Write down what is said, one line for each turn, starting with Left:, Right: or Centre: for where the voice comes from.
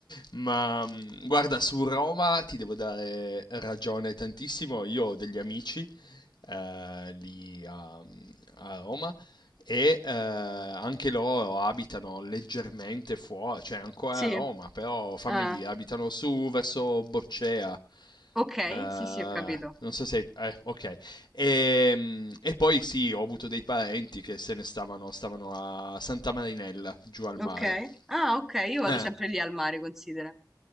Left: Ma mh, guarda, su Roma ti devo dare ragione tantissimo. Io ho degli amici eh, lì a, a Roma e eh, anche loro abitano leggermente fuori, cioè ancora
Centre: Sì.
Left: a Roma, però fammi
Centre: Ah,
Left: dire, abitano su verso Boccea.
Centre: ok,
Left: Eh,
Centre: sì, sì, ho capito.
Left: non so se... eh, ok. E, e poi sì, ho avuto dei parenti che se ne stavano, stavano a Santa Marinella, giù al
Centre: Ok.
Left: mare.
Centre: Ah, ok, io vado
Left: Eh,
Centre: sempre lì al mare, considera.